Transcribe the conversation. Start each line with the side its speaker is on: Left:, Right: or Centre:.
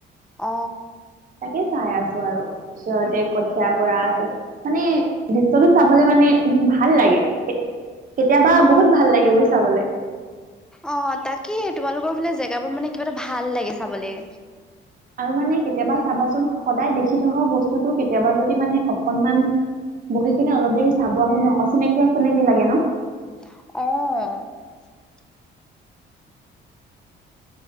Centre: অ
Right: তাকে চাই আছো আৰু ওচৰতে
Centre: উম,
Right: কঠিয়া পৰা মানে ভিতৰ চাবলে মানে উ ভাল লাগে কে- কেতিয়াবা
Centre: অ
Right: বহুত ভাল এইবোৰ চাবলে
Centre: অ তাকেই তোমালোকৰ ফালে জেগাবোৰ মানে কিবা এটা ভাল লাগে চাবলে
Right: আৰু মানে কেতিয়াবা চাবাচোন সদায় দেখি থকা বস্তুটো কেতিয়াবা যদি মানে অকনমান বহিকিনে অলপ দেৰি চাব আহো ন অচিনাকি অচিনাকি লাগে ন
Centre: অ